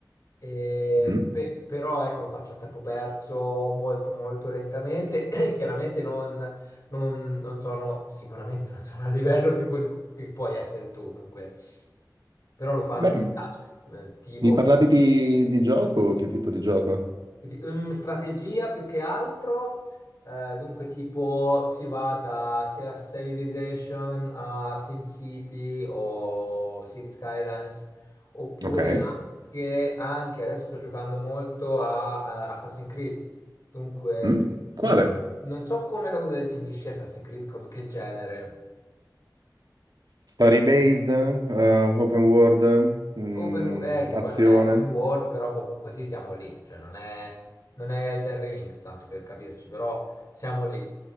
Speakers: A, on the left; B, on the right.
A: E
B: Mm.
A: pe- però ecco, lo faccio a tempo perso molto molto lentamente. <clears throat> Chiaramente non, non- non sono, sicuramente non sono al livello che, puoi- di- che puoi essere tu, dunque. Però lo faccio,
B: Beh,
A: mi piace. Eh, Tipo,
B: mi parlavi di, di gioco? Che tipo di gioco?
A: quindi, ehm, strategia più che altro, eh, dunque tipo si va da sia Civilization a SimCity o City Skylines, oppure
B: Ok.
A: anche, anche adesso sto giocando molto a eh, Assassin's Creed, dunque
B: Mm. Quale?
A: non, non so come lo definisci Assassin's Creed, come che genere.
B: Story based, eh, open world, mm,
A: Open, wo- eh, che
B: azione.
A: poi non è open world, però comunque sì, siamo lì, cioè non è, non è Elden Rings, tanto per capirci, però siamo lì,